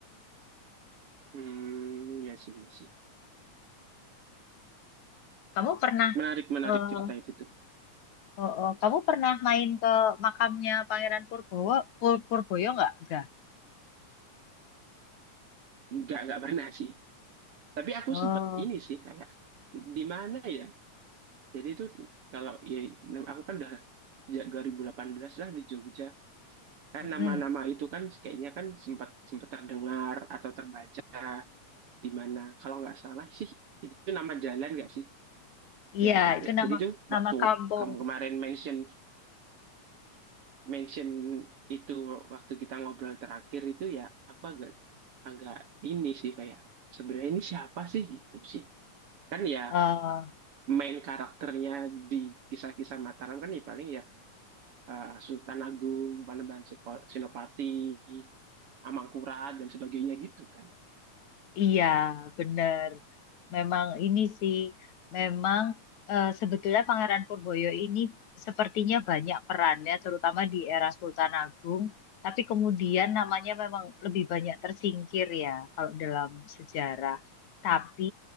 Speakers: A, on the right; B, on the left.
A: hmm ya sih ya sih
B: Kamu pernah
A: menarik menarik
B: eh,
A: cerita itu tuh
B: Oh, oh. Kamu pernah main ke makamnya Pangeran Purbowo, Pur Purboyo nggak? Nggak.
A: nggak nggak pernah sih tapi aku
B: Oh,
A: sempet ini sih kayak di mana ya jadi itu kalau ya aku kan udah sejak 2018 lah di Jogja kan
B: mm-mm.
A: nama-nama itu kan kayaknya kan sempat sempat terdengar atau terbaca di mana kalau nggak salah sih itu nama jalan nggak sih
B: Iya,
A: Ya, jadi
B: itu nama
A: jadi tuh
B: nama
A: waktu
B: kampung.
A: kamu kemarin mention mention itu waktu kita ngobrol terakhir itu ya aku agak agak ini sih kayak sebenarnya ini siapa sih gitu sih. Kan ya
B: eh,
A: main karakternya di kisah-kisah Mataram kan ya paling ya eh, Sultan Agung, Panembahan Sipo- Senopati, Amangkurat dan sebagainya gitu kan.
B: Iya, benar. Memang ini sih, memang eh, sebetulnya Pangeran Purboyo ini sepertinya banyak perannya, terutama di era Sultan Agung. Tapi kemudian namanya memang lebih banyak tersingkir ya, kalau dalam sejarah. Tapi